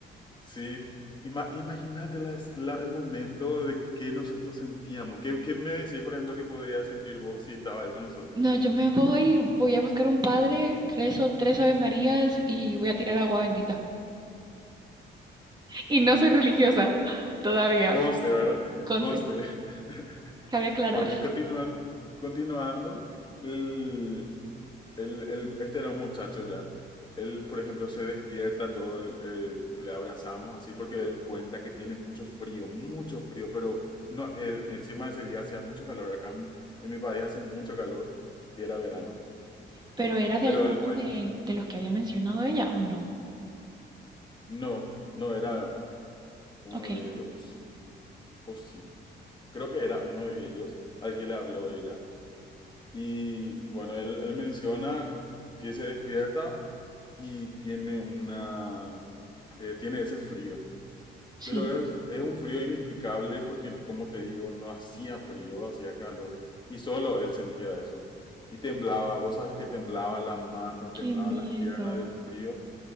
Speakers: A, on the left; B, on the right.
A: Sí, ima- imagínate la- la- el momento de que nosotros sentíamos. ¿Qué, qué me decís, por ejemplo, que podrías sentir vos si estaba ahí con nosotros?
B: No, yo me voy, voy a buscar un padre, rezo tres Ave Marías y voy a tirar agua bendita. Y no soy religiosa todavía,
A: Conste, ¿verdad?
B: conste,
A: Conste. <laughs>
B: cabe aclarar.
A: Bueno, y continúan, continuando, el- Él, él- este era un muchacho ya. Él, por ejemplo, se despierta, todo, el- eh, le abrazamos así porque él cuenta que tiene mucho frío, mucho frío, pero no, él- encima de ese día hacía mucho calor. Acá en, en mi país hace mucho calor y era verano.
B: Pero era de
A: Pero
B: alguno
A: él cuenta,
B: de, de los que había mencionado ella o no.
A: no, no era uno
B: Ok,
A: de ellos, o sí, o sí. Creo que era uno de ellos al que le habló ella Y bueno, él, él menciona que se despierta y tiene una... eh, tiene ese frío.
B: sí.
A: Pero es, es un frío inexplicable porque, como te digo, no hacía frío, hacía calor. Y solo él sentía eso. Y temblaba, vos sabes que temblaba la mano,
B: Qué
A: temblaba
B: miedo.
A: las piernas del frío.